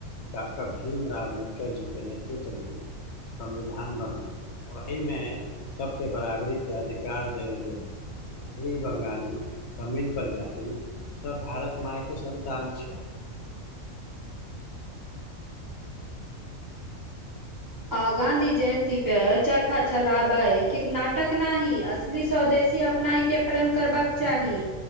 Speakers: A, on the left; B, on the right.
A: डॉक्टर भीमराव अम्बेडकर जी के ने। नेतृव मे संविधान बनल ओहिमे सबके बराबरी। के अधिकार देल गेल। मैथिली बंगाली तमिल पंजाबी सभ भारत मायके सन्तान छै।
B: आ गाँंधी जयन्ती पे चरखा चलाबै के नाटक नाहि ही असली स्वदेशी। अपनाय के प्रण करबाक चाही